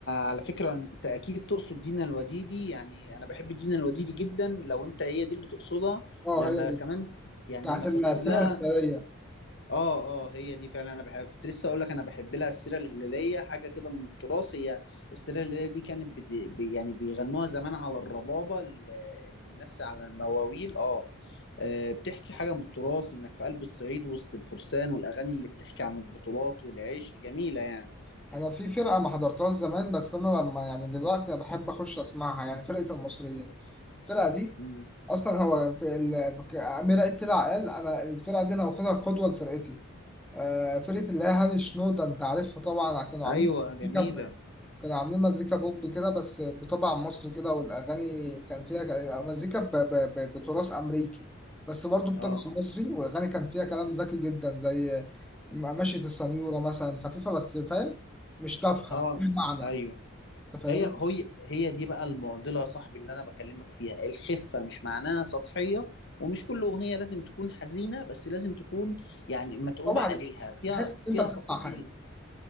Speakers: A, on the left; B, in the centre.
A: على فكره انت اكيد تقصد دينا الوديدي يعني انا بحب دينا الوديدي جدا لو انت هي دي اللي تقصدها
B: أه
A: لما
B: هي دي
A: كمان يعني
B: بتاعت
A: انا فاكر
B: السيرة
A: لها
B: الهلالية
A: اه اه هي دي فعلا انا بحب كنت لسه اقول لك انا بحب لها السيره الهلاليه حاجه كده من التراث هي السيره الهلاليه دي كانت بت... بي- يعني بيغنوها زمان على الربابه ال- الناس على المواويل اه آه، بتحكي حاجة من التراث إنك في قلب الصعيد وسط الفرسان والأغاني اللي بتحكي عن البطولات والعيش جميلة يعني
B: انا في فرقه ما حضرتهاش زمان بس انا لما يعني دلوقتي انا بحب اخش اسمعها يعني فرقه المصريين الفرقه دي
A: مم.
B: اصلا هو في ال... بك- امير عيد طلع قال انا الفرقه دي انا واخدها قدوه لفرقتي آه فرقه اللي هي هاني شنودة انت عارفها طبعا كانوا عاملين
A: أيوة جميلة
B: مزيكا ب- كانوا عاملين مزيكا بوب كده بس بطبع مصري كده والاغاني كان فيها ج- مزيكا ب... ب... ب... بتراث امريكي بس برضه بطبع
A: اه
B: مصري واغاني كان فيها كلام ذكي جدا زي م- مشية السنيوره مثلا خفيفه بس فاهم مش تافهه
A: اه
B: ليها معنى
A: ايوه
B: انت فاهم
A: هي هي هي دي بقى المعضله يا صاحبي اللي انا بكلمك فيها الخفه مش معناها سطحيه ومش كل اغنيه لازم تكون حزينه بس لازم تكون يعني متعوب
B: طبعا
A: عليها فيها
B: تحس ان
A: فيها
B: انت بتسمع
A: تفاصيل
B: حاجه